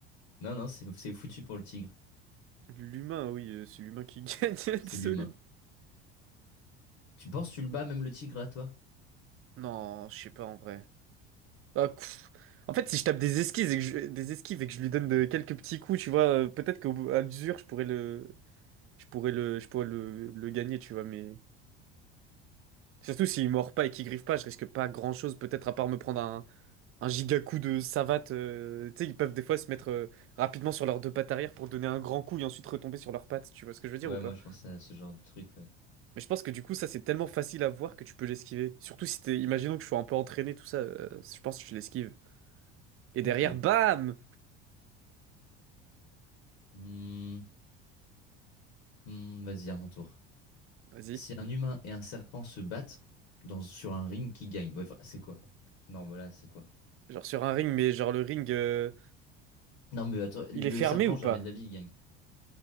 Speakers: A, on the left; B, on the right.
A: Non, non, c'est c'est foutu pour le tigre.
B: L'humain, oui, euh, c'est l'humain qui <laughs> gagne,
A: C'est
B: désolé.
A: l'humain. Tu penses, que tu le bats, même le tigre, à toi?
B: Non, je sais pas en vrai. Ah, pff. en fait, si je tape des esquives et que je, des esquives et que je lui donne de- quelques petits coups, tu vois, euh, peut-être qu'au bout- à l'usure, je pourrais le, Je pourrais le, je pourrais le, le gagner, tu vois, mais... Surtout s'il mord pas et qu'il griffe pas, je risque pas grand-chose, peut-être à part me prendre un, un giga coup de savate. euh, Tu sais, ils peuvent des fois se mettre euh, rapidement sur leurs deux pattes arrière pour donner un grand coup et ensuite retomber sur leurs pattes, tu vois ce que je veux dire
A: Ouais,
B: ou pas?
A: moi, je pense à ce genre de truc, ouais.
B: Mais je pense que du coup, ça, c'est tellement facile à voir que tu peux l'esquiver. Surtout si t'es... Imaginons que je sois un peu entraîné, tout ça, euh, je pense que je l'esquive. Et derrière,
A: Ok.
B: bam!
A: Hmm, hmm, vas-y, à mon tour.
B: Vas-y.
A: Si un humain et un serpent se battent dans, sur un ring, qui gagne? Ouais, enfin, c'est quoi? Non, mais là, c'est quoi?
B: Genre sur un ring, mais genre le ring, euh,
A: Non, mais attends, le
B: il est fermé
A: serpent,
B: ou
A: jamais
B: pas?
A: de la vie, il gagne.